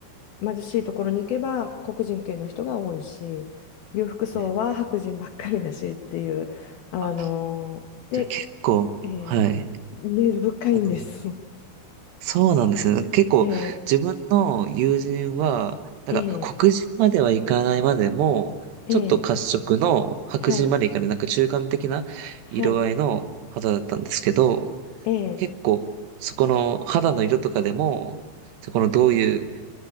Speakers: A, on the left; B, on the right.
A: 貧しいところに行けば黒人系の人が多いし、裕福層は白人ばっかりだしっていう、
B: え
A: あのーで、
B: あ、じゃあ結構、
A: え
B: はい。
A: ー、根深いんです。
B: あの、
A: <laughs>
B: そうなんですね。結構自分の友人は、
A: え
B: なんか黒人まではいかないまでも、
A: ー、えー、
B: ちょっと褐色の白人までいかない、
A: えー、はい、
B: なんか中間的な色合いの肌だったんですけど、
A: はい、えー
B: 結構そこの肌の色とかでも、そこのどういう